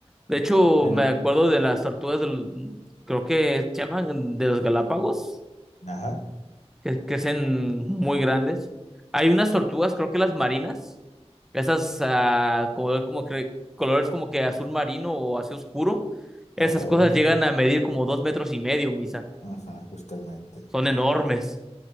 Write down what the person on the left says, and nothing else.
Bueno,
ajá,
la laúd,
ajá, justamente.